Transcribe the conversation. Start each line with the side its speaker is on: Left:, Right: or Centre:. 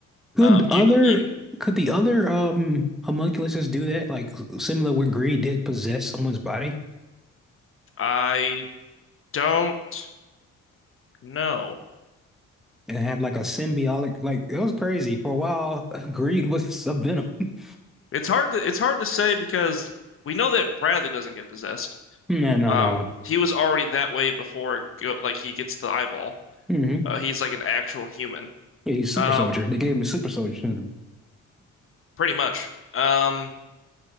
Centre: Could
Left: Um, you,
Centre: other
Left: you
Centre: could the other um homunculuses do that? Like similar where greed did possess someone's body
Left: I don't know.
Centre: and have like a symbiotic like it was crazy. For a while, greed was a venom. <laughs>
Left: It's hard to it's hard to say because we know that Bradley doesn't get possessed.
Centre: No, no,
Left: Um,
Centre: no.
Left: he was already that way before it go, like he gets the eyeball.
Centre: hmm Yeah,
Left: Uh, he's like an actual human.
Centre: he's super
Left: Um,
Centre: soldier. They gave him the super soldier syndrome.
Left: pretty much. Um,